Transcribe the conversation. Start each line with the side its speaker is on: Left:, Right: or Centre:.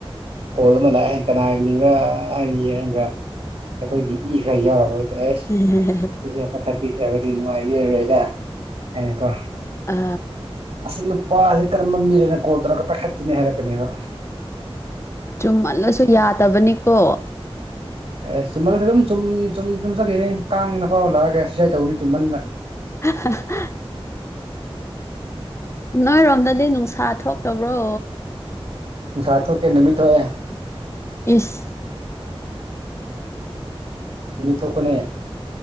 Right: ꯀꯣꯜ ꯑꯃ ꯂꯥꯛꯑꯦ ꯀꯅꯥꯏ ꯃꯤꯡꯔꯥ ꯍꯥꯏꯅ ꯌꯦꯡꯑꯒ ꯑꯩꯈꯣꯏꯒꯤ ꯏ ꯈꯔ ꯌꯥꯎꯔꯕ ꯑꯗ ꯑꯦꯁ
Left: <inaudible>
Right: ꯁꯤꯁꯦ ꯄꯥꯏꯈꯠ ꯄꯤꯗ꯭ꯔꯕꯗꯤ ꯅꯨꯡꯉꯥꯏꯕꯤꯔ ꯔꯣꯏꯗ ꯍꯥꯏꯅꯀꯣ
Left: ꯑ
Right: ꯑꯁꯤ ꯅꯨꯄꯥꯁꯦ ꯀꯔꯝꯕ ꯃꯤꯔꯅꯦ ꯀꯣꯜ ꯇꯧꯔꯒ ꯄꯥꯏꯈꯠꯇꯦꯅꯦ ꯍꯥꯏꯔꯛ ꯀꯅꯦꯕ
Left: ꯆꯨꯝꯃꯜꯂꯁꯨ ꯌꯥꯗꯕꯅꯤꯀꯣ
Right: ꯑꯦꯁ ꯆꯨꯝꯃꯜ ꯂꯁꯨ ꯑꯗꯨꯝ ꯆꯨꯝ ꯆꯨꯝ ꯆꯨꯝ ꯆꯠꯈꯤꯕ ꯌꯥꯏ ꯀꯥꯡꯅ ꯐꯥꯎ ꯂꯥꯛꯑꯒ ꯁꯨꯁꯥꯏꯠ ꯇꯧꯅꯤ ꯆꯨꯝꯃꯟꯕ
Left: <inaudible> ꯅꯣꯏꯔꯣꯝꯗꯗꯤ ꯅꯨꯡꯁꯥ ꯊꯣꯛꯇꯕ꯭ꯔꯣ
Right: ꯅꯨꯡꯁꯥ ꯊꯣꯛꯇꯦ ꯅꯨꯃꯤꯠ ꯊꯣꯛꯑꯦ
Left: ꯏꯁ
Right: ꯅꯨꯃꯤꯠ ꯊꯣꯛꯄꯅꯦ